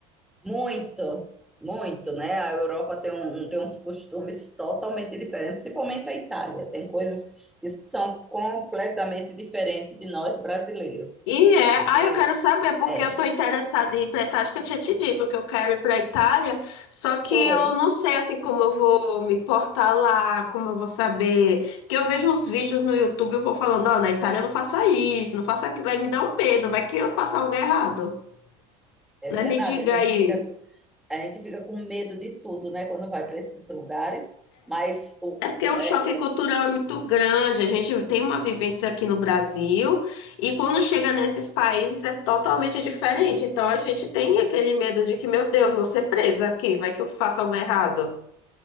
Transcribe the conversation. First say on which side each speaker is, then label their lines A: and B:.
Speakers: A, in the centre; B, on the left.
A: Muito, muito, né? A Europa tem, um, tem uns costumes totalmente diferentes, principalmente a Itália. Tem coisas que são completamente diferentes de nós brasileiros.
B: E é,
A: Porque
B: ah, eu quero saber, porque
A: é,
B: eu estou interessada em ir para Itália. Acho que eu tinha te dito que eu quero ir para a Itália, só que
A: foi,
B: eu não sei assim como eu vou me portar lá, como eu vou saber. Que eu vejo uns vídeos no YouTube, eu vou falando, ó, na Itália não faça isso, não faça aquilo, aí me dá um medo, vai que eu faça algo errado,
A: é
B: né?
A: verdade.
B: Me diga
A: A gente
B: aí.
A: fica, com- a gente fica com medo de tudo, né? Quando vai para esses lugares. Mas o-
B: É porque o
A: é,
B: choque cultural é muito grande. A gente tem uma vivência aqui no Brasil e quando chega nesses países é totalmente diferente. Então a gente tem aquele medo de que, meu Deus, vou ser presa aqui, vai que eu faço algo errado.